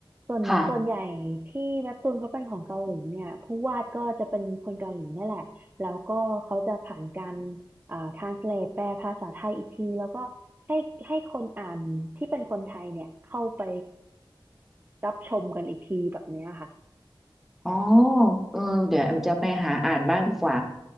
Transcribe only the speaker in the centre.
ค่ะ
อ๋อเออเดี๋ยวแอมจะไปหาอ่านบ้างดีกว่า